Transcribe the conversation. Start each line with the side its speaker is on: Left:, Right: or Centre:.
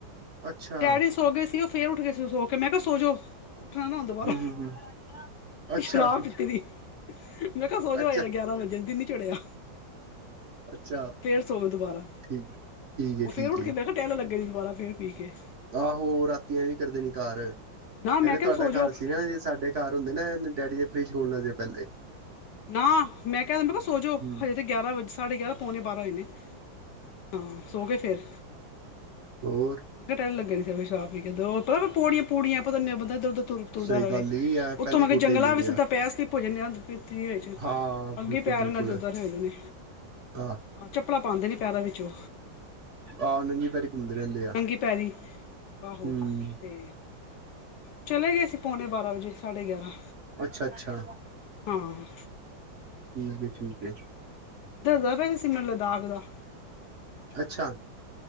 Right: ਅੱਛਾ
Left: ਡੈਡੀ ਸੋ ਗਏ ਸੀ ਉਹ ਫੇਰ ਉੱਠ ਗਏ ਸੀ ਸੋ ਕੇ ਮੈਂ ਕਿਹਾ ਸੋਜੋ। ਉੱਠਣਾ ਨਾ ਹੁਣ ਦੁਬਾਰਾ
Right: ਹਮ ਹਮ ਹਮ ਅੱਛਾ
Left: ਸ਼ਰਾਬ ਪੀਤੀ ਦੀ। ਮੈਂ ਕਿਹਾ ਸੋਜੋ
Right: ਅੱਛਾ
Left: ਹਜੇ ਗਿਆਰਾਂ ਵਜੇ ਦੀਨ ਨੀ ਚੜਿਆ।
Right: ਅੱਛਾ
Left: ਫਿਰ ਸੋਵੋ ਦੁਬਾਰਾ।
Right: ਠੀਕ ਠੀਕ ਹੈ
Left: ਉਹ ਫਿਰ
Right: ਠੀਕ
Left: ਉੱਠ
Right: ਹੈ
Left: ਕੇ ਬਹਿ ਟਹਿਲਣ ਲੱਗੇ ਸੀ ਦੁਬਾਰਾ ਫੇਰ ਪੀ ਕੇ।
Right: ਆਹੋ ਰਾਤੀ ਐਵੀ ਕਰਦੇ ਣੀ ਘਰ ਐ,
Left: ਨਾ ਮੈਂ
Right: ਤੇ
Left: ਕਿਹਾ
Right: ਤੁਹਾਡਾ
Left: ਸੋ ਜਾਓ
Right: ਘਰ ਸੀ ਨਾ ਜੇ ਸਾਡੇ ਘਰ ਹੁੰਦੇ ਨਾ ਇਹਨੇ ਡੇਡੀ ਦਾ ਫਰਿਜ ਖੋਲਨਾ ਸੀ ਪਹਿਲੇ।
Left: ਨਾ ਮੈਂ ਕਿਹਾ ਮੈਂ ਕਿਹਾ ਸੋਜੋ
Right: ਹੂੰ,
Left: ਹਜੇ ਤੇ ਗਿਆਰਾਂ ਵਜੇ ਸਾਢੇ ਗਿਆਰਾਂ ਪਉਣੇ ਬਾਰਾਂ ਹੋਏ ਨੇ। ਹਾਂ, ਸੋ ਗਏ ਫਿਰ?
Right: ਹੋਰ।
Left: ਲੀਟਣ ਲਗੇ ਸੀ ਫਿਰ ਵੀ ਸ਼ਰਾਬ ਪੀ ਕੇ ਦੋ ਪਤਾ ਨੀ ਪੋੜੀਆਂ ਪੁੜੀਆਂ ਆਪ ਨੂੰ ਪਤਾ ਬੰਦਾ ਇਹਦਰ ਉਹਦਰ ਤੁਰ ਤੁਰਦਾ
Right: ਸਹੀ
Left: ਰਹੇ
Right: ਗੱਲ ਈ ਐ,
Left: ਉੱਥੋਂ
Right: ਪਹਿਲੇ
Left: ਮੈਂ ਕਯਾ
Right: ਗੋਡੇ
Left: ਜੰਗਲਾਂ
Right: ਹਿੱਲੇ
Left: ਵੀ
Right: ਦੇ
Left: ਸਿੱਧਾ
Right: ਆ।
Left: ਪੈਰ ਸਲਿਪ ਹੋਜੇ। ਕੀ
Right: ਹਾਂ,
Left: ਅੱਗੇ
Right: ਬਿਲਕੁਲ-ਬਿਲਕੁਲ,
Left: ਪੈਰ ਇਹਣਾ ਦੇ ਉੱਧਾਂ ਦੇ ਹੋਯੇ ਦੇਣੇ।
Right: ਹਾਂ,
Left: ਆਹ ਚੱਪਲਾਂ ਪਾਦੇ ਨੀ ਪੈਰਾਂ ਵਿੱਚ ਓ।
Right: ਆਹ ਨੰਗੀ ਪੈਰੀ ਘੁੰਮਦੇ ਰਹਿੰਦੇ ਆ।
Left: ਨੰਗੀ ਪੈਰੀ ਆਹੋ
Right: ਹੂੰ,
Left: ਤੇ। ਚਲੇ ਗਏ ਸੀਂ ਪੋਣੇ ਬਾਰਾਂ ਵਜੇ ਸਾਢੇ ਗਿਆਰ੍ਹਾਂ।
Right: ਅੱਛਾ, ਅੱਛਾ।
Left: ਹਾਂ।
Right: ਠੀਕ ਹੈ, ਠੀਕ ਹੈ।
Left: ਦੱਸਦਾ ਪਿਆ ਸੀ ਸੀਮਰ ਲੱਦਾਖ ਦਾ।
Right: ਅੱਛਾ।